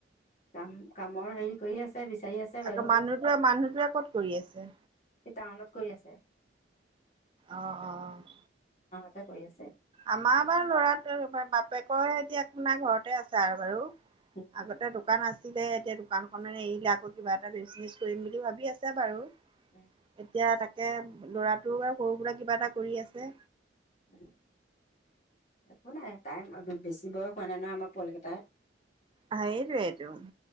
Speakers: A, on the left; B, on the right.
A: কাম, কামৰ হেৰি কৰি আছে বিচাৰি আছে বাৰু
B: আকৌ মানুহটোৱে, মানুহটোৱে ক'ত কৰি আছে?
A: এই টাউনত কৰি আছে।
B: অঁ-অঁ।
A: তাতে কৰি আছে।
B: আমাৰ বাৰু ল'ৰাটো এইবাৰ, বাপেকৰ হে এতিয়া একো নাই আপোনাৰ ঘৰতে আছে আৰু বাৰু।
A: উম
B: আগতে দোকান আছে আছিলে এতিয়া দোকানখনে এৰিলে, আকৌ কিবা এটা বিজনেচ কৰিম বুলি ভাবি আছে বাৰু।
A: উম
B: এতিয়া তাক এয়া ল'ৰাটো আৰু সৰু সুৰা কিবা এটা কৰি আছে।
A: উম! একো নাই, টাইম বেছি বয়স হোৱা নাই নহয় আমাৰ পোৱালিকেইটাৰে
B: সেইটোৱেইটো